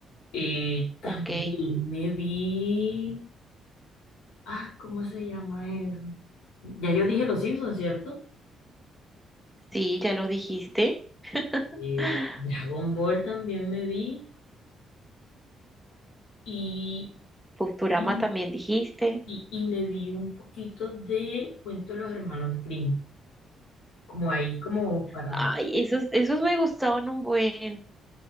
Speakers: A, on the left (about 85°); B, in the centre.
A: Eh, también
B: Ok,
A: me vi Ah, ¿cómo se llama eso? Ya yo dije Los Simpsons, ¿cierto?
B: sí, ya lo dijiste. <laughs>
A: Eh, Dragon Ball también me vi y,
B: Posturama
A: y,
B: también dijiste.
A: y- y me vi un poquito de Cuento de los Hermanos Grimm, como ahí, como para...
B: Ay, esos, esos me gustaban un buen,